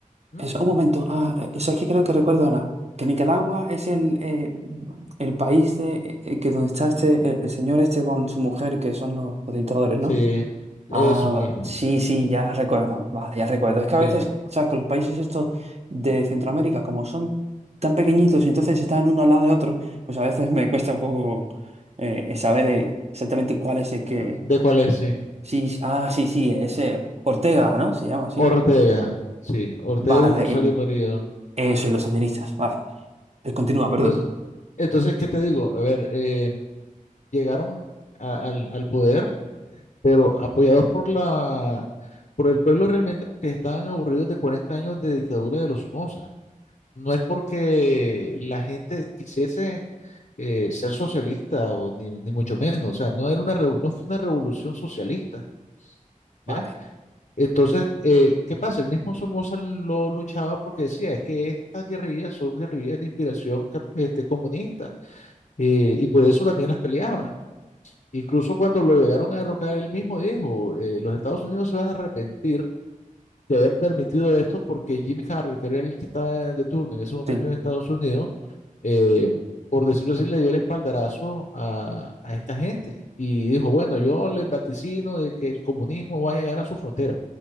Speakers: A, on the left; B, on the right.
A: ¿Mm?
B: es- un momento. Ah, eso es que creo que recuerdo ahora. Que Nicaragua es el, eh, el país de eh, que donde está este eh, el señor este con su mujer, que son los, los dictadores, ¿no?
A: Sí, esos
B: Ah, va.
A: mismos,
B: Sí, sí, ya recuerdo. Vale, ya recuerdo. Es que
A: sí.
B: a veces, ¿sabes? Con los países estos de Centroamérica, como son tan pequeñitos y entonces están uno al lado de otro, pues a veces me cuesta un poco eh, saber eh, exactamente cuál es el que.
A: ¿De cuál es? Sí.
B: Sí, sí, ah, sí, sí, ese Ortega, ¿no? Se llama así.
A: Ortega,
B: o-
A: sí. Ortega
B: Vale,
A: y Rosario
B: y-
A: Murillo.
B: eso, y los sandinistas, vale. Eh, Continúa, perdona.
A: Entonces, entonces, ¿qué te digo? A ver, eh, llegaron a- al, al poder, pero apoyados por la, por el pueblo realmente que estaban aburridos de 40 años de dictadura de los Somoza. No es porque la gente quisiese eh, ser socialista o ni, ni mucho menos, o sea, no era una revo- no fue una revolución socialista,
B: Vale,
A: ¿ya? Entonces, eh, ¿qué pasa? El mismo Somoza lo luchaba porque decía, es que estas guerrillas son guerrillas de inspiración cap- este, comunista eh, y por eso también las peleaba. Incluso cuando lo llegaron a derrocar, él mismo dijo, eh, los Estados Unidos se van a arrepentir de haber permitido esto porque Jimmy Carter, que era el que estaba de turno en ese momento
B: sí,
A: en Estados Unidos, eh, por decirlo así, le dio el espaldarazo a, a esta gente y dijo, bueno, yo les vaticino de que el comunismo va a llegar a su frontera.